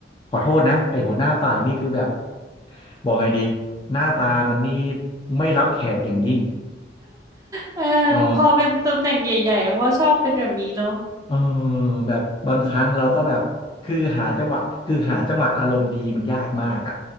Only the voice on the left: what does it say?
ขอโทษนะไอหัวหน้าฝ่ายนี่คือแบบบอกไงดีหน้าตามันนี่ไม่รับแขกอย่างยิ่ง
เออเออแบบบางครั้งเราก็แบบคือหาจังหวะคือหาจังหวะอารมณ์ดีมันยากมากอ่ะ